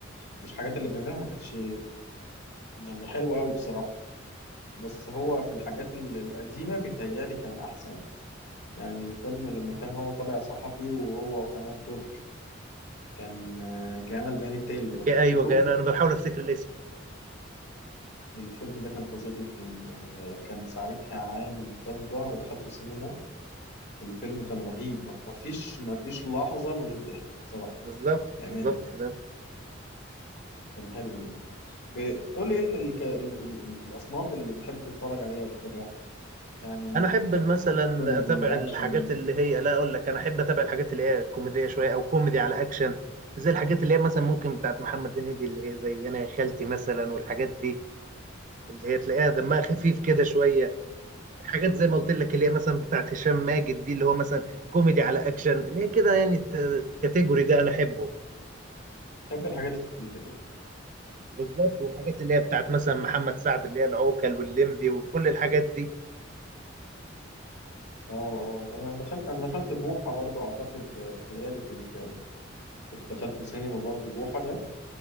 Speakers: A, on the left; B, on the right.
A: مش الحاجات اللي بيعملها ما كانتش يعني حلو قوي بصراحة بس هو في الحاجات ال- القديمة بيتهيألي كان أحسن يعني الفيلم لما كان هو طالع صحفي وهو وحنان ترك كان آه، جانا البيان التالي لو
B: جاء
A: تفتكروا
B: ايوه جاء انا انا بحاول افتكر الاسم
A: الفيلم ده كان فظيع جدا يعني كان ساعتها عامل ضجة أنا دخلت السينما الفيلم كان رهيب م- مفيش مفيش لحظة من غير ضحك بصراحة
B: بالظبط
A: بأمانة
B: بالظبط كده
A: كان حلو جدا ب- قول لي إيه ال- الك- ال- ال- الأصناف اللي بتحب تتفرج عليها وتتابعها يعني
B: انا احب
A: آه،
B: مثلا
A: كوميدي
B: اتابع الحاجات
A: أكشن
B: اللي هي لا اقول لك انا احب اتابع الحاجات اللي هي كوميديه شويه او كوميدي على اكشن زي الحاجات اللي هي مثلا ممكن بتاعت محمد هنيدي اللي هي زي انا يا خالتي مثلا والحاجات دي اللي هي تلاقيها دمها خفيف كده شويه حاجات زي ما قلت لك اللي هي مثلا بتاعت هشام ماجد دي اللي هو مثلا كوميدي على اكشن اللي هي كده يعني الكاتيجوري ده انا احبه
A: بحب الحاجات الخفيفة كده
B: بالظبط والحاجات اللي هي بتاعت مثلا محمد سعد اللي هي العوكل واللمبي وكل الحاجات دي
A: اه اه انا دخلت انا دخلت بوحه برضو اعتقد آه، بتهيألي كنت كنت دخلته سينما برضو بوحه ده